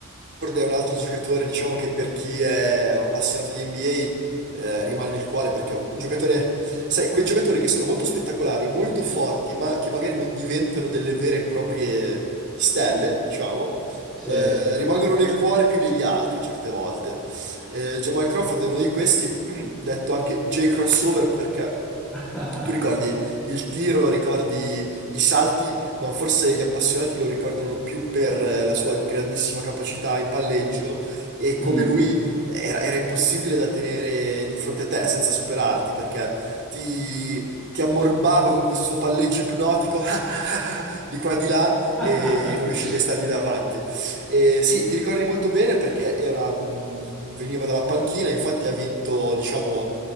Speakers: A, on the right; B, in the centre.
A: è un altro giocatore, diciamo che per chi è appassionato di NBA eh, rimane nel cuore perché è un, un giocatore, sai, quei giocatori che sono molto spettacolari, molto forti, ma che magari non diventano delle vere e proprie stelle, diciamo.
B: Sì.
A: eh, rimangono nel cuore più degli altri certe volte. Eh, Jamal Crawford è uno di questi, <clears throat> detto anche J-Crossover perché
B: <laughs>
A: Tu ricordi il tiro, ricordi i salti, ma forse gli appassionati lo ricordano più per eh, la sua grandissima capacità in palleggio e come
B: Mm.
A: lui era, era impossibile da tenere di fronte a te senza superarti perché ti, ti ammorbava con questo suo palleggio ipnotico <laughs> di qua e di là
B: <laughs>
A: e non riuscivi a stargli davanti. E sì, ti ricordi molto bene perché era, mh, veniva dalla panchina, infatti ha vinto, diciamo